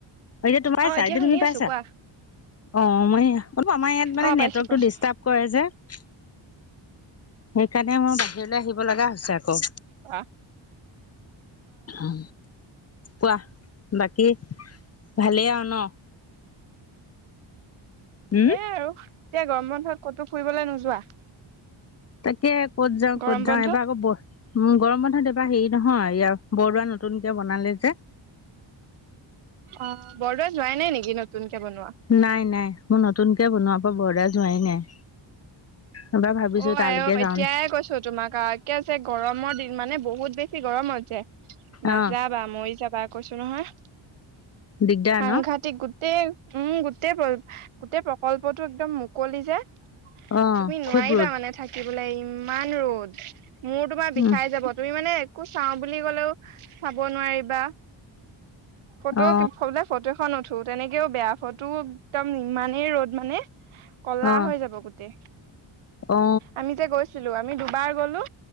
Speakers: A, on the left; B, on the right.
A: এতিয়া তোমাৰ
B: অ
A: চাইদে
B: এতিয়া
A: শুনি পাইছা
B: আছো কোৱা
A: অ মই এইয়া অলপ আমাৰ ইয়াত মানে
B: অ পাইছো
A: নেটৱৰ্কটো
B: পাইছো
A: ডিষ্টাৰ্ব কৰে যে সেইকাৰণে মোৰ বাহিৰলৈ আহিব লাগা হৈছে আকৌ
B: আ
A: অ কোৱা বাকী ভালেই আৰু ন
B: ভালে
A: উম
B: আৰু এতিয়া গৰম বন্ধত ক'তো ফুৰিবলৈ নোযোৱা
A: তাকে ক'ত যাওঁ
B: গৰম
A: ক'ত যাওঁ
B: বন্ধত
A: এবাৰ আকৌ ব উম গৰম বন্ধত এইবাৰ হেৰি নহয় ইয়াৰ বৰদুৱা নতুনকে বনালে যে
B: অ বৰদোৱা যোৱাই নাই নেকি নতুনকে বনোৱা
A: নাই নাই মোৰ নতুনকে বনোৱা পা বৰদুৱা যোৱাই নাই এবাৰ ভাবিছো
B: অ
A: তালৈকে
B: আই অ
A: যাওঁ
B: এতিয়াই কৈছো তোমাক আক কে আছে গৰমৰ দিন মানে বহুত বেছি গৰমত যে নাযা
A: অ
B: যাবা মৰি যাবা কৈছো নহয়
A: দিগদাৰ
B: সাংঘাতিক
A: ন
B: গোটেই উম গোটেই প্ৰ গোটেই প্ৰকল্পটো একদম মুকলি যে
A: অ
B: তুমি নোৱাৰিবা
A: খুব ৰ'দ
B: মানে থাকিবলে ইমান ৰ'দ মোৰ তোমাৰ বিষাই
A: উম
B: যাব তুমি মানে কো চাওঁ বুলি ক'লেও চাব নোৱাৰিবা ফটো
A: অ
B: সবলে ফটো খন উঠো তেনেকেও বেয়া ফটো একদম ইমানেই ৰ'দ মানে ক'লা
A: অ
B: হৈ যাব গোট তে
A: অ
B: আমি যে গৈছিলো আমি দুবাৰ গ'লো